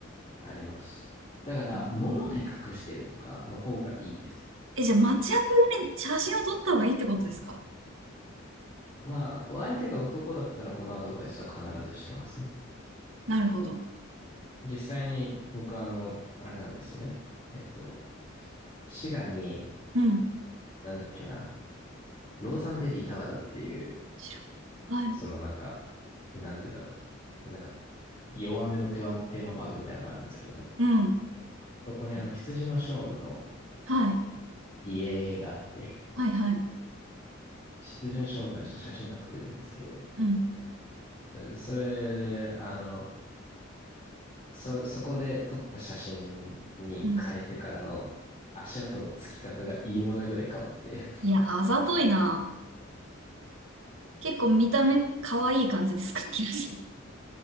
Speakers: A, on the left; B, on the right.
A: あります。だから、
B: うん
A: 物で隠してるとかの方がいいです。
B: え、じゃあ、マッチアップ用に写真を撮った方がいいってことですか
A: まあ、お相手が男だったらこのアドバイスは必ずしてますね。
B: なるほど。
A: 実際に、僕あの、あれなんですよね。えっと、滋賀に、
B: うん。
A: なんだっけな、ローザンベリータワーだっていう、
B: 知らんはい。
A: そのなんか、なんて言うんだろう。なんか弱めのテーマテーマパークみたいなのがあるんですけど、
B: うん。
A: そこにあの羊のショーンの
B: はい。
A: 家があって、
B: はいはい。
A: 羊のショーンたちと写真が撮れるんですけど、
B: うん。
A: それで、あの、そ、そこで撮った写真に変えてからの足跡のつき方が異様なぐらい変わって
B: うん。いや、あざといな。結構見た目可愛い感じですか、キラさん。